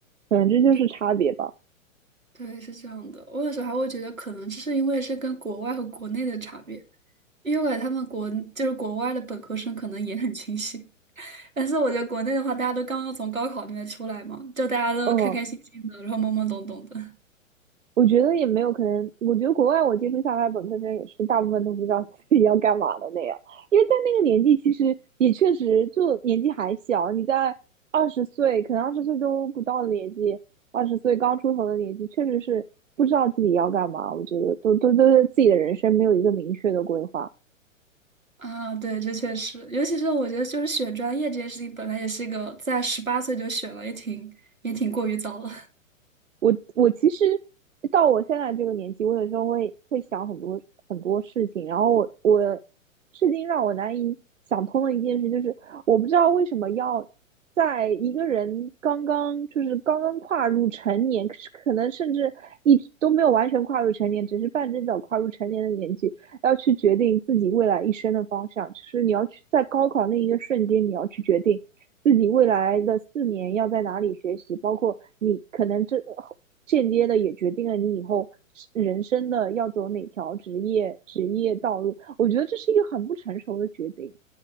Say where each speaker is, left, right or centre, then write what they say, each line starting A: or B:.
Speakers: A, on the right; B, on the right.
A: 反正这就是差别吧，
B: 对。对，是这样的。我有时候还会觉得，可能是因为是跟国外和国内的差别，因为我感觉他们国就是国外的本科生可能也很清醒，<laughs> 但是我觉得国内的话，大家都刚刚从高考里面出来嘛，就大家都开开心心的，
A: 嗯。
B: 然后懵懵懂懂的。
A: 我觉得也没有可能，我觉得国外我接触下来，本科生也是大部分都不知道自己要干嘛的那样，因为在那个年纪，其实也确实就年纪还小，你在二十岁，可能二十岁都不到的年纪，二十岁刚出头的年纪，确实是不知道自己要干嘛。我觉得都都都对自己的人生没有一个明确的规划。
B: 啊，对，这确实，尤其是我觉得，就是选专业这件事情，本来也是一个在十八岁就选了，也挺也挺过于早了。
A: 我我其实到我现在这个年纪，我有时候会会想很多很多事情，然后我我至今让我难以想通的一件事就是，我不知道为什么要在一个人刚刚就是刚刚跨入成年，可是可能甚至一直都没有完全跨入成年，只是半只脚跨入成年的年纪，要去决定自己未来一生的方向，就是你要去在高考那一个瞬间，你要去决定自己未来的四年要在哪里学习，包括你可能这间接的也决定了你以后人生的要走哪条职业职业道路。我觉得这是一个很不成熟的决定，